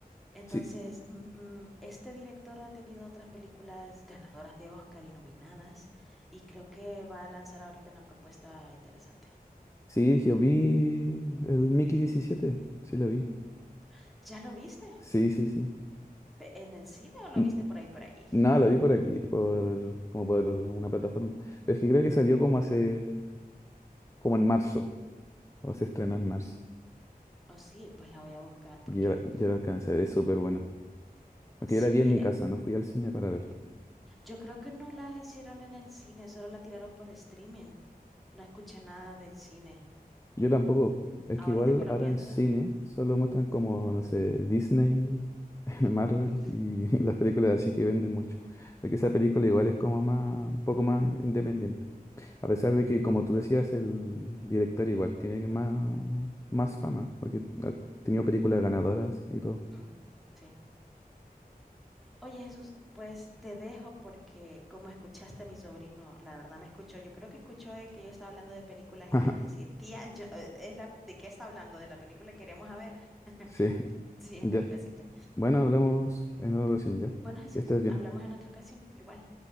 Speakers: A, in the centre; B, on the left (about 20°).
A: Entonces,
B: Sí,
A: mm, mm, este director ha tenido otras películas ganadoras de Oscar y nominadas, y creo que va a lanzar ahorita una propuesta interesante.
B: sí, yo vi el Mickey 17. Sí, lo vi.
A: ¿Mm? ¿Ya lo viste?
B: Sí, sí, sí.
A: ¿Pe- ¿En el cine o lo
B: N-
A: viste por ahí, por ahí?
B: No,
A: <laughs>
B: lo vi por aquí, por, como por una plataforma. Pero es que creo que salió como hace, como en marzo, o se estrenó en marzo.
A: Oh, sí, pues la voy a buscar porque
B: Y ya, ya lo alcancé a ver, es súper bueno. Porque
A: sí,
B: yo la vi en mi
A: eh,
B: casa, no fui al cine para verla.
A: yo creo que no la hicieron en el cine, solo la tiraron por streaming. No escuché nada del cine.
B: Yo tampoco. Es
A: Ahorita
B: que igual
A: que lo
B: ahora
A: pienso,
B: en cine solo muestran como, no sé, Disney, <laughs> Marvel
A: <laughs> mm,
B: y <laughs> las películas así que venden mucho. Porque esa película igual es como más, un poco más independiente. A pesar de que, como tú decías, el director igual tiene más, más fama, porque ha tenido películas ganadoras y todo.
A: mm, sí. Oye, Jesús, pues te dejo porque como escuchaste a mi sobrino, la verdad me escuchó, yo creo que escuchó el que yo estaba hablando de películas
B: <laughs>
A: y vino a decir, tía, yo, eh, es la, ¿de qué está hablando? ¿De la película que queríamos a ver?
B: Sí,
A: <laughs> Sí,
B: ya.
A: algo así fue.
B: Bueno, hablamos en otra ocasión ya.
A: Bueno, Jesús,
B: Que estés bien.
A: hablamos en otra ocasión, igual.